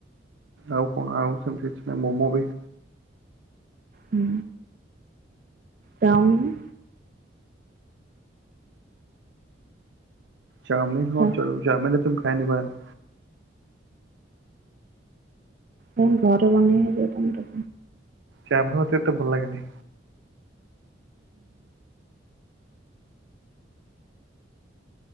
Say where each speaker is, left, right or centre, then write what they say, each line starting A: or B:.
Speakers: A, on the right; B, on the right.
A: ଆଉ କଣ ଆଉ ସେମିତି କିଛି ନାଇ ମୋମୋ ବି
B: ହୁଁ। ଚାଉମିିନି?
A: ଚାଉମିନ୍
B: ଆଛା
A: ହଁ ଚଲିବ ଚାଉମିନ୍ ଏତେ ମୁଁ ଖାଏନି ବାହାରେ।
B: କଣ ଘରେ ବନେଇ ହେଇଯିବ ତମର?
A: ଚଉମିନ୍ ମତେ ଏତେ ଭଲ ଲାଗେନି।